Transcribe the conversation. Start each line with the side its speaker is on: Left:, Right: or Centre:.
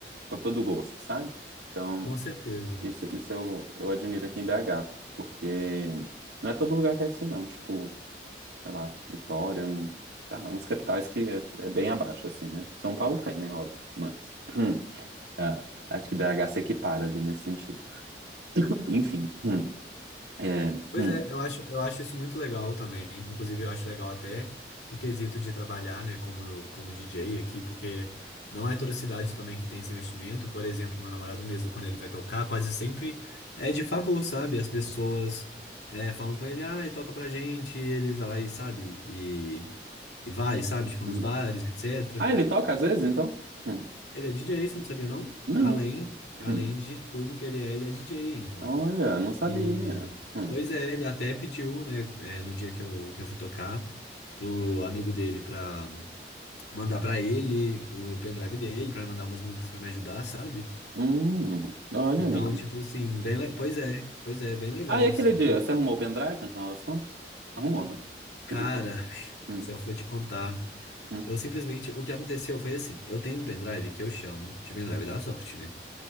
Right: para todo gosto, sabe? Então,
Left: Com certeza.
Right: isso, isso eu, eu admiro aqui em BH, porque não é todo lugar que é assim, não. Tipo, sei lá, Vitória, um, ah, uns capitais que é, é bem abaixo, assim, né? São Paulo tem, né? Óbvio, mas hum, é, acho que BH se equipara ali nesse sentido. Enfim. hum, é,
Left: Pois
Right: hum,
Left: é, eu acho, eu acho isso muito legal também. Inclusive, eu acho legal até no quesito de trabalhar, né, como, eu- como DJ aqui, porque não é toda cidade também que tem esse investimento. Por exemplo, meu namorado mesmo, quando ele vai tocar, quase sempre é de favor, sabe? As pessoas é, falam com ele, ah, toca pra gente, e ele vai lá e sabe, e, e vai, sabe, tipo,
Right: hum.
Left: nos bares, etc.
Right: Ah, ele toca às vezes, então? Hum,
Left: Ele é DJ, você não sabia, não?
Right: Não.
Left: Além, além
Right: Hum,
Left: de tudo que ele é, ele é DJ ainda.
Right: Olha, não sabia.
Left: E,
Right: Hum,
Left: pois é, ele até pediu, né, é, no dia que eu, que eu fui tocar, pro amigo dele pra mandar pra ele o pendrive dele, pra ele mandar umas músicas pra me ajudar, sabe?
Right: hum, Olha,
Left: Então,
Right: amiga.
Left: tipo assim, bem, le- pois é, pois é, bem legal,
Right: Ah, e aquele
Left: assim.
Right: dia, você arrumou o pendrive, no final das contas? Arrumou, né?
Left: Cara,
Right: Quer dizer,
Left: <laughs>
Right: hum,
Left: se eu for te contar,
Right: hum.
Left: eu simplesmente, o que aconteceu foi assim, eu tenho um pendrive que eu chamo de pendrive da sorte, né?